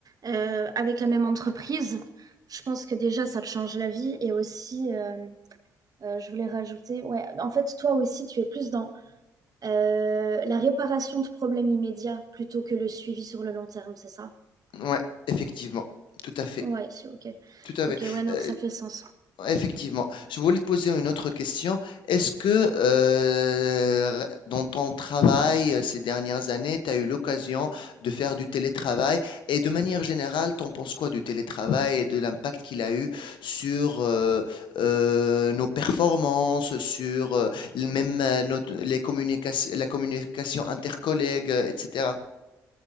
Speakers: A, on the right (about 45°); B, on the left (about 65°).
A: euh, avec la même entreprise, je pense que déjà ça te change la vie. Et aussi, euh, euh, je voulais rajouter, ouais, en fait, toi aussi, tu es plus dans euh, la réparation de problèmes immédiats plutôt que le suivi sur le long terme, c'est ça?
B: Ouais, effectivement, tout à fait,
A: Ouais, c'est ok.
B: tout à
A: Ok,
B: fait.
A: ouais, donc
B: Euh,
A: ça fait sens.
B: Effectivement. Je voulais te poser une autre question. Est-ce que euh, dans ton travail euh, ces dernières années, tu as eu l'occasion de faire du télétravail et de manière générale, t'en penses quoi du télétravail et de l'impact qu'il a eu sur euh, euh, nos performances, sur euh, le- même euh, notre- les communications, la communication intercollègue, euh, etc.